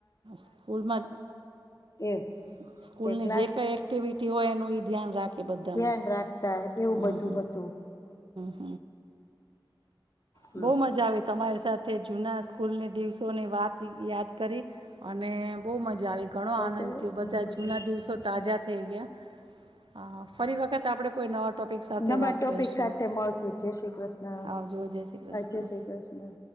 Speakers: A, on the right (about 75°); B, on the left (about 40°).
A: સ્કૂલમાં
B: એમ
A: હ સ્કૂલની
B: કે ક્લાસ
A: જે કઈ એક્ટિવિટી હોય એ નુય ધ્યાન રાખે બધાનું
B: ધ્યાન રાખતા એવું
A: હમ
B: બધું
A: હમ
B: હતું
A: <inaudible> બહુ
B: ઓલું
A: મજા આવે તમારી સાથે જુના સ્કૂલની દિવસ સૌની વાત યાદ કરી અને બહુ મજા આવે ઘણો
B: બજાર
A: આનંદ
B: થઈ
A: થયો બધા જૂના દિવસો તાજા થઈ ગયા. અ ફરી વખત આપણે કોઈ નવા ટૉપિક સાથે
B: નવા
A: વાત
B: ટોપિક
A: કરશું
B: સાથે મળશું જય શ્રી કૃષ્ણ
A: આવજો જય શ્રી કૃષ્ણ
B: જય શ્રી કૃષ્ણ